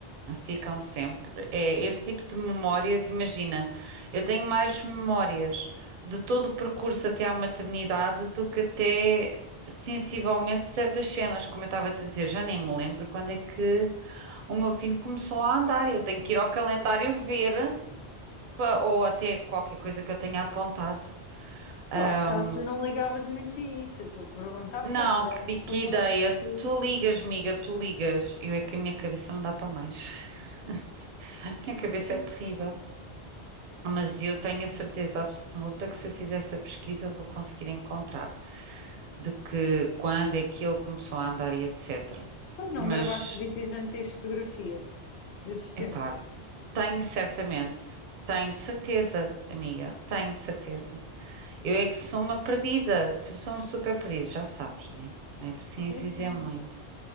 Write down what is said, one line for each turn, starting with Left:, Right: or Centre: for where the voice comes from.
Right: Ficam sempre. É esse tipo de memórias, imagina, eu tenho mais memórias de todo o percurso até à maternidade do que até sensivelmente certas cenas, como eu estava a te dizer, já nem me lembro quando é que o meu filho começou a andar. Eu tenho que ir ao calendário ver. pa- ou até qualquer coisa que eu tenha apontado.
Left: Sei
Right: Ahm,
Left: lá, se calhar tu não ligavas muito a isso. Eu estou a perguntar
Right: não,
Left: porque às vezes
Right: que,
Left: há pessoas
Right: di- que ideia.
Left: que.
Right: Tu ligas, miga, tu ligas. Eu é que a minha cabeça não dá para mais. <laughs> A minha cabeça
Left: Sim.
Right: é terrível. Mas eu tenho a certeza absoluta que se eu fizer essa pesquisa eu vou conseguir encontrar de que quando é que ele começou a andar e etc.
Left: Pois não
Right: Mas,
Left: gravaste vídeos nem tens fotografias desses tempos.
Right: epá, tenho certamente, tenho de certeza, amiga, tenho de certeza. Eu é que sou uma perdida. Tu sou uma super perdida, já sabes, né? Não é preciso
Left: Sim,
Right: dizer
Left: sim.
Right: muito.